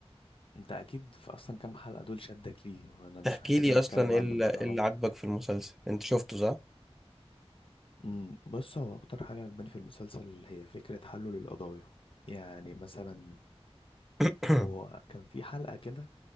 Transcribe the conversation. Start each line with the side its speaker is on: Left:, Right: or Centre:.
Left: انت اكيد في اصلا كام حلقة دول شدك ليه وانا
Centre: تحكي
Left: مش محتاج
Centre: لي
Left: ان اتكلم
Centre: اصلا ايه
Left: عنه
Centre: اللي
Left: انت
Centre: إيه
Left: طالما
Centre: اللي عجبك في المسلسل انت شفته صح
Left: امم بص هو اكتر حاجة عجباني في المسلسل هي فكرة حله للقضايا يعني مثلا
Centre: <clears throat>
Left: هو كان في حلقة كده